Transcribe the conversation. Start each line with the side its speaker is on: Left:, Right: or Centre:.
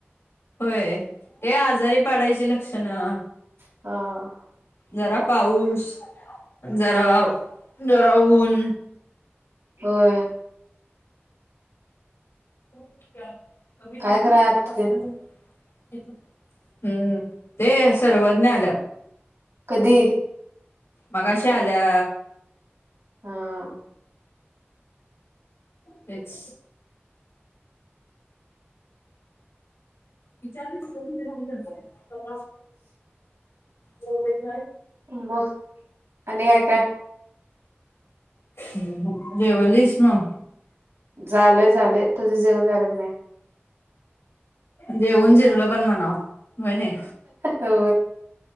Left: होय ते आजारी पाडायची लक्षण सन्ना
Right: हा
Left: जरा पाऊस जरा
Right: होय
Left: जरा ऊून
Right: होय
Left: कमीचं
Right: काय
Left: येतो
Right: कराय आता
Left: सपन
Right: ते
Left: बघ जा हम्म ते सर्वज्ञ आल्या.
Right: कधी.
Left: मगाशी आल्या.
Right: हा.
Left: तेच. विचारले घ त वग
Right: मग आणि काय काय
Left: <inaudible> जेवलीस मग
Right: झालंय झालय तुझं जेवन झालं की नाही.
Left: जेवण जिरलं पण म्हणाव बणे.
Right: हो.